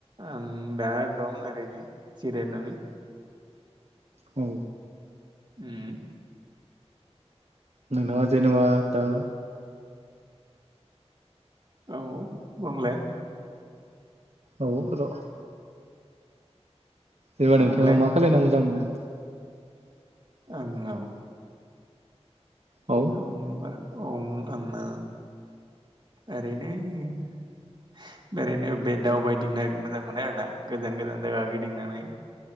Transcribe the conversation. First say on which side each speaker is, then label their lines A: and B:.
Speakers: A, on the right (about 40°); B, on the right (about 70°).
A: आं दा दं ओरैनो जिरायनानै।
B: औ।
A: उम।
B: नोंथाङा जेनेबा दा
A: औ बुंलाय।
B: औ र'। जेनेबा नोंथाङा
A: बुंलाय
B: मा खालायना मोजां मोनो?
A: आंनाव
B: औ
A: ओमबा औ आंना ओरैनो ओरैनो बे दावबायदिंनो मोजां मोनो आरोना गोजान गोजान जायगा गिदिंनानै।